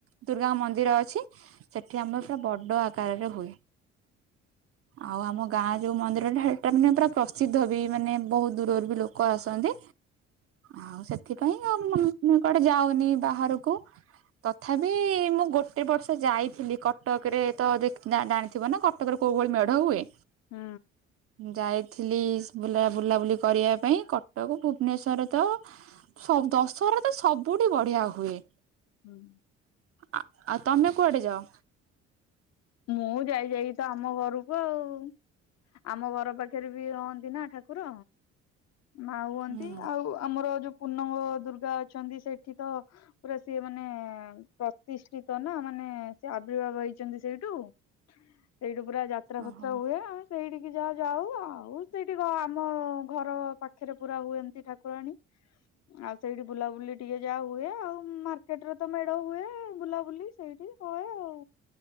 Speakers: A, on the right (about 40°); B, on the left (about 45°).
A: ଦୁର୍ଗା ମନ୍ଦିର ଅଛି ସେଠି ଆମର ପୁରା ବଡ଼ ଆକାରରେ ହୁଏ। ଆଉ ଆମ ଗାଁ ଯୋଉ ମନ୍ଦିରଟା ସେଟା ମାନେ ପୁରା ପ୍ରସିଦ୍ଧ ବି ମାନେ ବହୁତ ଦୂରରୁ ବି ଲୋକ ଆସନ୍ତି ଆଉ ସେଥିପାଇଁ ଆ ମୁଁ ବି କୁଆଡେ ଯାଉନି ବାହାରକୁ ତଥାପି ମୁଁ ଗୋଟେ ବର୍ଷ ଯାଇଥିଲି କଟକରେ ତ ଦେଖ ଜା-ଜାଣିଥିବ ନା କଟକରେ କୋଉ ଭଳି ମେଢ ହୁଏ।
B: ହୁଁ।
A: ଯାଇଥିଲି ବୁଲା ବୁଲାବୁଲି କରିବା ପାଇଁ, କଟକ ଭୁବନେଶ୍ୱର ତ ସବ ଦଶହରା ତ ସବୁଠି ବଢିଆ ହୁଏ।
B: ହୁଁ।
A: ଆ-ଆଉ ତମେ କୁଆଡେ ଯାଅ?
B: ମୁଁ ଯାଇଯାଇକି ତ ଆମ ଘରକୁ ଆଉ। ଆମ ଘର ପାଖରେ ବି ହୁଅନ୍ତି ନା ଠାକୁର। ମା ହୁଅନ୍ତି
A: ହୁଁ
B: ଆଉ ଆମର ଯୋଉ ପୂର୍ଣ୍ଣଙ୍ଗ ଦୁର୍ଗା ଅଛନ୍ତି ସେଠି ତ ପୁରା ସିଏ ମାନେ ପ୍ରତିଷ୍ଠିତ ନା ମାନେ ମାନ ସେ ଆବିର୍ଭାବ ହେଇଛନ୍ତି ସେଇଠୁ-ସେଇଠୁ ପୁରା ଯାତ୍ରା ଫାତ୍ରା
A: ଓହୋ।
B: ହୁଏ ଆଉ ସେଇଠି ଯା-ଯାଉ ଆଉ ସେଇଠିକି ଆମ ଘର ପାଖରେ ପୁରା ହୁଏ ଏମତି ଠାକୁରାଣୀ। ଆଉ ସେଇଠି ବୁଲାବୁଲି ଟିକେ ଯାହା ହୁଏ ଆଉ ମାର୍କେଟରେ ତ ମେଢ ହୁଏ ବୁଲାବୁଲି ସେଇଠି <unintelligible> ହୋଏ ଆଉ।